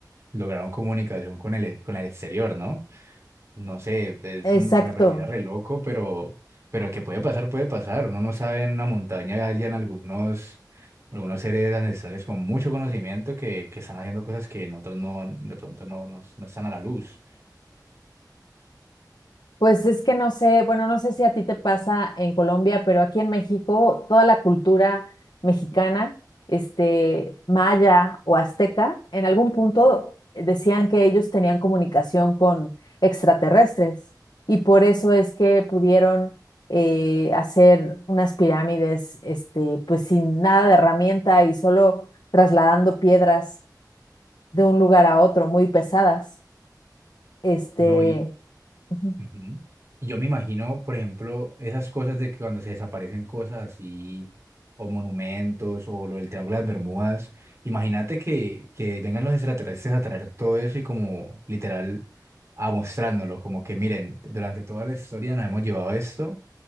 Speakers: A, on the right (about 40°); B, on the left (about 75°).
A: lograron comunicación con el, con el exterior, ¿no? No sé, es
B: exacto.
A: un- se me pareciera re loco, pero, pero que puede pasar, puede pasar. Uno no sabe en una montaña hallan algunos, algunos seres ancestrales con mucho conocimiento que, que están haciendo cosas que nosotros no, de pronto no, no no están a la luz.
B: Pues es que no sé, bueno, no sé si a ti te pasa en Colombia, pero aquí en México toda la cultura mexicana, este, maya o azteca, en algún punto eh, decían que ellos tenían comunicación con extraterrestres y por eso es que pudieron eh, hacer unas pirámides, este, pues sin nada de herramienta y solo trasladando piedras de un lugar a otro, muy pesadas. Este,
A: No, y,
B: ujú.
A: Ujú. Y Yo me imagino, por ejemplo, esas cosas de que cuando se desaparecen cosas así, o monumentos, o lo del Triángulo de las Bermudas, imagínate que, que vengan los extraterrestres a traer todo eso y como literal a mostrárnoslo, como que miren, durante toda la historia nos hemos llevado esto